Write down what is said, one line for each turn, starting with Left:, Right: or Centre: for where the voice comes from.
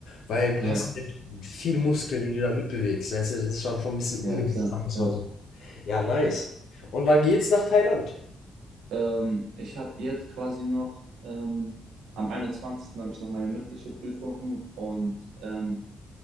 Left: weil du
Right: ja,
Left: hast halt viel Muskeln, die du da mitbewegst, weißt du? Das ist dann schon ein bisschen unnötig,
Right: ja, klar,
Left: sagen wir's
Right: klar,
Left: mal so. Ja, nice.
Right: ja.
Left: Und wann geht's nach Thailand?
Right: Ähm, ich habe jetzt quasi noch, ähm, am einundzwanzigsten habe ich noch meine mündliche Prüfung und ähm,